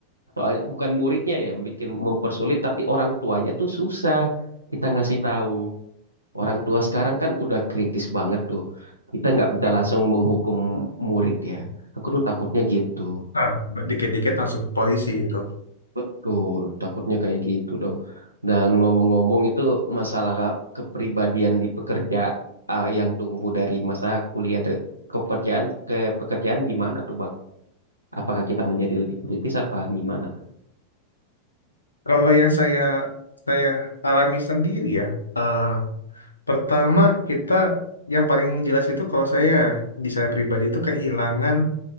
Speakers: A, on the right; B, on the left.
A: Soalnya bukan muridnya ya yang bikin mempersulit tapi orang tuanya tuh susah kita ngasih tahu. Orang tua sekarang kan udah kritis banget tuh. Kita nggak bisa
B: hmm.
A: langsung menghukum murid ya. Aku tuh takutnya gitu.
B: Nah, dikit-dikit langsung ke polisi itu.
A: Betul, takutnya kayak gitu dong. Dan ngomong-ngomong itu masalah kepribadian di pekerja ah, yang tumbuh dari masa kuliah de- ke pekerjaan ke pekerjaan gimana tuh Bang? Apakah kita menjadi lebih kritis apa gimana?
B: Kalau yang saya saya alami sendiri ya, eh, pertama kita yang paling jelas itu kalau saya di saya pribadi itu kehilangan